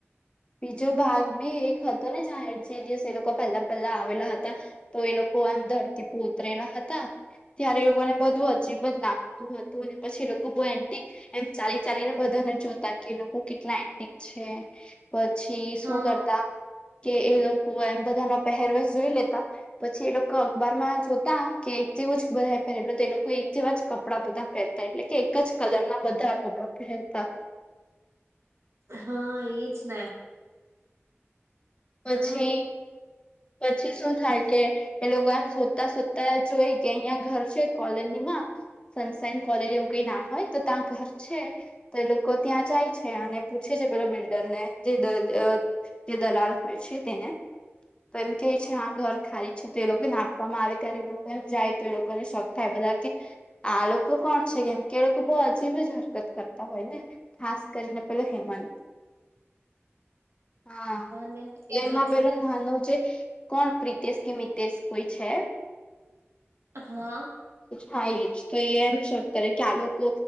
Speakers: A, on the left; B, on the right.
A: બીજો ભાગ બી એક હતો ને જાહેર છે જે લોકો પહેલા પહેલા આવેલા હતા. તો એ લોકો આમ ધરતી પોતરેલા હતા ત્યારે એ લોકોને બધું અજીબ જ લાગતું હતું અને પછી એ રોગો બ એન્ટી એમ ચાલી ચાલીને બધાને જોતા કે લોકો કેટલા એન્ટિક છે. પછી શું
B: હા
A: કરતા કે એ લોકો એમ બધા ના પહેરવસ જોઈ લેતા પછી એ લોકો અખબારમાં જોતા કે એક જેવું જ બધા પહેરે એટલે તો એ લોકો એક જેવા જ કપડાં બધા પહેરતા એટલે કે એક જ કલર ના બધા કપડા પહેરતા.
B: હા એજ ને
A: પછી
B: અને
A: પછી શું થાય કે એ લોકો એમ શોધતા શોધતા જોઈ કે અહીંયા ઘર છે કોલોની માં. સનસાાઈન કોલેજ એવું કઈ નામ હોય તો ત્યાં ઘર છે. તો એ લોકો ત્યાં જાય છે અને પૂછે છે પેલા બિલ્ડર ને જે દ જે દલાલ હોય છે તેને તો એમ કે છે હા ઘર ખાલી તે લોકોને આપવામાં આવે ત્યારે એ લોકો જાય તો એ લોકોને શોખ થાય બધા કે આ લોકો કોણ છે કેમ કે લોકો બો અજીબ હરકત કરતા હોય ને ખાસ કરીને પેલો હેમંત હા
B: ને
A: તો
B: એ
A: એમાં
B: છે
A: પેલો ખાનો છે. કોણ પ્રિતેશ કે મિતેશ કોઈ છે.
B: હા
A: હા એ જ તો એ એમ શક કરે કે આ લોકો